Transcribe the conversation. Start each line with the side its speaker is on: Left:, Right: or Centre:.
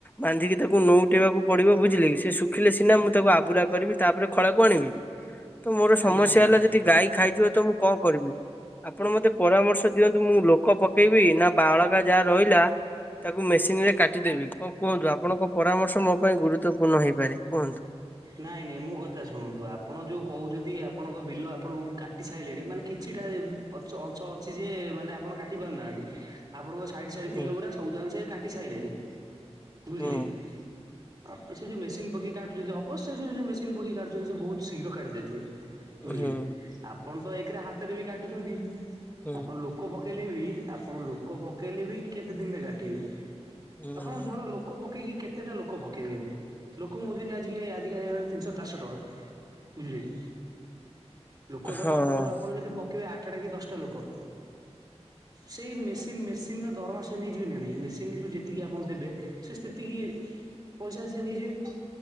Left: ବାନ୍ଧିକି ତାକୁ ନୋଉ ଟେଇବାକୁ ପଡିବ ବୁଝିଲେ କି, ସେ ଶୁଖିଲେ ସିନା ମୁଁ ତାକୁ ଆବୁରା କରିବି। ତାପରେ ଖଳାକୁ ଆଣିବି ତ ମୋର
Right: ଆଜ୍ଞା
Left: ସମସ୍ୟା
Right: ଆଜ୍ଞା।
Left: ହେଲା ଯଦି ଗାଈ ଖାଇଯିବ ତ ମୁଁ କଣ କରିବି? ଆପଣ ମତେ ପରାମର୍ଶ ଦିଅନ୍ତୁ ମୁଁ ଲୋକ ପକେଇବି ନା ବାଳକା ଯାହା ରହିଲା ତାକୁ ମେସିନ ରେ କାଟିଦେବି। କଣ କୁହନ୍ତୁ ଆପଣଙ୍କ ପରାମର୍ଶ ମୋ ପାଇଁ ଗୁରୁତ୍ୱପୂର୍ଣ୍ଣ ହେଇପାରେ କୁହନ୍ତୁ?
Right: ନାଇଁ ନାଇଁ ମୋ କଥା ଶୁଣନ୍ତୁ ଆପଣ ଯୋଉ କହୁଛନ୍ତି ଆପଣଙ୍କ ବିଲ ଆପଣ କାଟି ସାଇଲେଣି ମାନେ କିଛିଟା <unintelligible> ଅଛ ଅଂଛ ଅଛି ଯି ମାନେ ଆପଣ କାଟି ପାରୁନାହାନ୍ତି। ଆପଣଙ୍କ ସାଇଡ ସାଇଡ
Left: ହୁଁ
Right: ବିଲଉରା ସବୁଯାକ ସେ କାଟି ସାଇଲେଣି ବୁଝିଲେ
Left: ହୁଁ
Right: କି ଆ ପ ସେ ଯୋଉ ମେସିନ ପକେଇ କାଟୁଛନ୍ତି ଅବ ସେ ସେମିତ ମେସିନ ପକେଇ କାଟୁଛନ୍ତି ସେ ବହୁତ ଶୀଘ୍ର କାଟିଦେଇଥିବେ। ବୁଝିଲେ
Left: ହୁଁ
Right: ଆପଣ ତ ଏକରେ ହାତରେ ବି କାଟୁଛନ୍ତି
Left: ହୁଁ
Right: ଆପଣ ଲୋକ ପ ପକେଇଲେ ବି ଆପଣ ଲୋକ ପକେଇଲେ ବି କେତେ ଦିନରେ କାଟିବେ
Left: ହୁଁ
Right: ଆପଣ ଧର ଲୋକ ଲୋକ ପକେଇକି କେତେଟା ଲୋକ ପକେଇବେ ବି ଲୋକ ମଜୁରି ଆଜିକି ଆ ହେଇଗଲାଣି ତିନିଶହ ଚାରିଶହ ଟଙ୍କା ବୁଝିଲେ କି ଲୋକ ଧର
Left: ହଁ
Right: ଆପଣଙ୍କୁ ଆପଣ ଯଦି ପ କେଇବେ ଆଠଟା କି ଦଶଟା ଲୋକ ସେଇ ମେସିନ୍ ମେସିନ ସିନ ଦରମା ସେ ନେଇ ଯିବେ ନା ନାଇ ମେସ ମେସିନ କୁ ଯେତିକି ଆପଣ ଦେବେ ସେ ସେତିକି ପଇସା ସେ ନେଇଯିବେ।